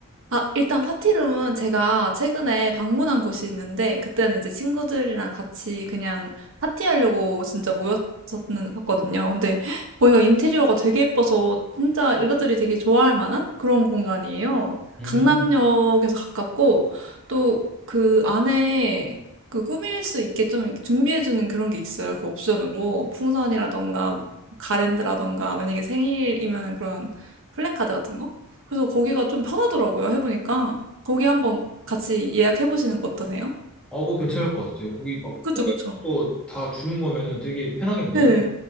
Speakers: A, on the right (about 60°); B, in the centre.
A: 아, 일단 파티룸은 제가 최근에 방문한 곳이 있는데, 그때는 이제 친구들이랑 같이 그냥 파티하려고 진짜 모였었거든요. 근데 거기가 인테리어가 되게 예뻐서 진짜 여자들이 되게 좋아할 만한 그런 공간이에요.
B: 음,
A: 강남역에서 가깝고, 또 그 안에 그 꾸밀 수 있게 좀 이렇게 준비해주는 그런 게 있어요. 그 옵션으로. 풍선이라던가, 가랜드라던가, 만약에 생일이면은 그런 플랜카드 같은 거? 그래서 거기가 좀 편하더라고요, 해보니까. 거기 한번 같이 예약해보시는 거 어떠세요?
B: 어, 그거 괜찮을 것 같아요. 거기 막
A: 그쵸,
B: 꾸미는
A: 그쵸.
B: 것도 다 주는 거면은 되게 편하겠네요.
A: 네.